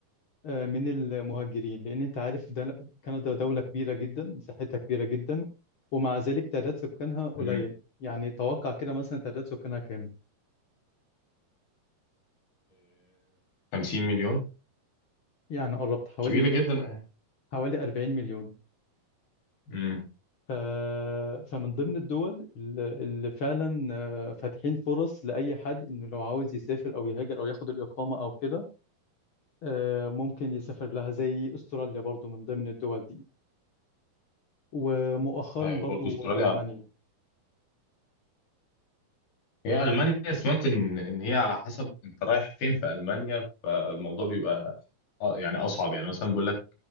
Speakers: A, on the left; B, on the left.
A: آه، من المهاجرين لأن أنت عارف ده كندا دولة كبيرة جدا مساحتها كبيرة جدا ومع ذلك تعداد سكانها قليل
B: امم
A: يعني توقع كده مثلا تعداد سكانها كام
B: 50 مليون
A: يعني قربت حوالي
B: كبيره جدا
A: حوالي 40 مليون
B: امم
A: ف... فمن ضمن الدول اللي اللي فعلا آه، فاتحين فرص لأي حد إنه لو عاوز يسافر أو يهاجر أو ياخد الإقامة أو كده آه، ممكن يسافر لها زي أستراليا برضو من ضمن الدول دي ومؤخرا
B: ايوه
A: برضو
B: برضه استراليا
A: ألمانيا
B: هي المانيا سمعت ان ان هي على حسب انت رايح فين في المانيا فالموضوع بيبقى أ- يعني اصعب يعني مثلا بيقول لك